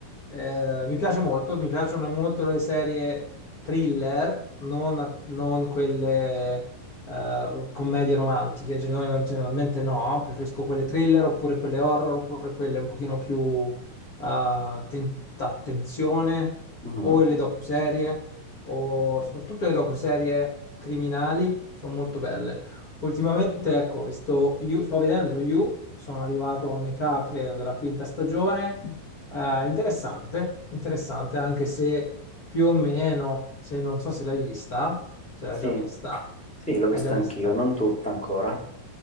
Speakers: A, on the left; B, in the centre.
A: eh, mi piace molto, mi piacciono molto le serie thriller, non, non quelle eh, commedie romantiche, gener- generalmente no, preferisco quelle thriller oppure quelle horror oppure quelle un pochino più eh, ten- attenzione
B: Mhm.
A: o le docuserie o soprattutto le docuserie criminali sono molto belle. Ultimamente, ecco, vi sto, You- sto vedendo You, sono arrivato a metà, credo, della quinta stagione. Eh, interessante, interessante, anche se più o meno, se non so se l'hai vista, se l'hai
B: Sì,
A: già vista,
B: sì, l'ho vista
A: l'hai già vista.
B: anch'io, non tutta ancora.